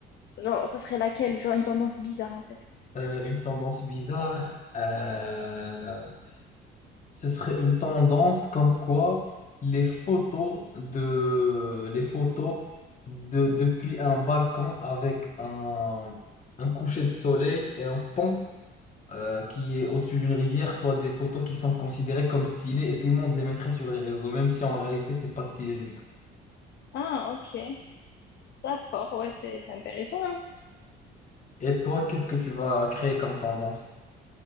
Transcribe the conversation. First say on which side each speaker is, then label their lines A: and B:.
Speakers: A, on the left; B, on the left.
A: genre, ça serait laquelle? Genre, une tendance bizarre, en fait.
B: Euh, une tendance bizarre, euh, ce serait une tendance comme quoi les photos de les photos de depuis un balcon avec un, un coucher de soleil et un pont euh, qui est au-dessus d'une rivière soient des photos qui sont considérées comme stylées et tout le monde les mettrait sur les réseaux, même si en réalité c'est pas stylé du tout.
A: Ah, ok. D'accord, ouais, c'est c'est intéressant. hein.
B: Et toi, qu'est-ce que tu vas créer comme tendance?